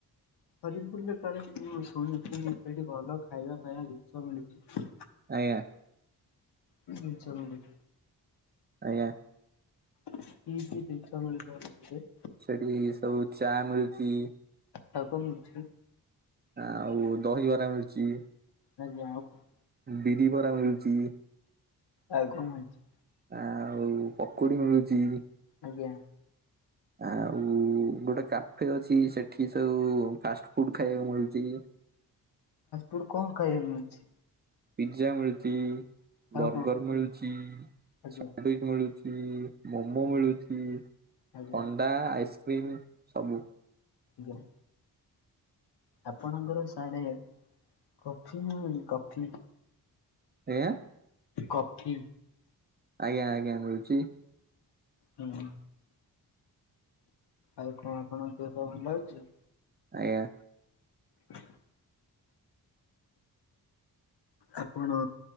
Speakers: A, on the left; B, on the right.
A: ହରିପୁରରେ କ ମୁ ଶୁଣିଛି ସେଠି ଭଲ ଖାଇବା ଫାଇବା ଜିନିଷ ମିଳୁଛି।
B: ଆଜ୍ଞା
A: ହଁ ଚାଲ।
B: ଆଜ୍ଞା।
A: କି କି ଜିନଷ ମିଳୁଛି ତମ ସେଠି?
B: ସେଠି ସବୁ ଚା ମିଳୁଛି।
A: ଶାଗ ମିଳୁଛି
B: ଆଉ ଦହିବରା ମିଳୁଛି।
A: ଆଜ୍ଞା ଆଉ କଣ
B: ବିରି ବରା ମିଳୁଛି।
A: ଆଉ କଣ ହେଇଛି?
B: ଆଉ ପକୋଡି ମିଳୁଛି।
A: ଆଜ୍ଞା।
B: ଆଉ ଗୋଟେ କାଫେ ଅଛି ସେଠି ସବୁ ଫାଷ୍ଟ ଫୁଡ ଖାଇବାକୁ ମିଳୁଛି।
A: ପୁଡ଼ କଣ ଖାଇବାକୁ ମିଳୁଛି।
B: ପିଜା ମିଳୁଛି
A: ଆଉ
B: ବର୍ଗର
A: କଣ
B: ମିଳୁଛି
A: ଆଜ୍ଞା
B: ସାଣ୍ଡିଚ ମିଳୁଛି। ମୋମୋ
A: ଆଜ୍ଞା
B: ମିଳୁଛି
A: ଆଜ୍ଞା
B: ଥଣ୍ଡା ଆଇସ୍କ୍ରିମ୍ ସବୁ।
A: ଯମ୍ ଆପଣଙ୍କର ସାଡେ କଫି ମିଳୁନି କଫି।
B: ଆଜ୍ଞା।
A: କଫି।
B: ଆଜ୍ଞା ଆଜ୍ଞା ମିଳୁଛି।
A: ହୁଁ। ଆଉ କଣ ଆପଣଙ୍କ ଦେହ ଭଲ ଅଛି।
B: ଆଜ୍ଞା।
A: ହ ଆପଣ